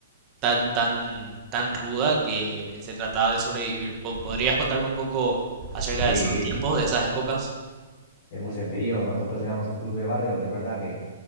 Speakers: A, on the right (about 25°); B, on the left (about 35°).
A: tan, tan, tan ruda que se trataba de sobrevivir. Po- ¿Podrías contarme un poco acerca
B: Sí,
A: de esos tiempos, de esas épocas?
B: es muy sencillo. Nosotros éramos un club de barrio, que es verdad que